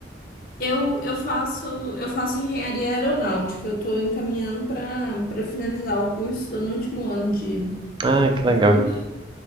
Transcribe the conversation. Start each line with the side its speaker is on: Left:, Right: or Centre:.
Left: Eu, eu faço, eu faço engenharia aeronáutica. Eu estou encaminhando para para finalizar o curso, estou no último ano de
Right: Ah, que
Left: do
Right: legal.
Left: curso.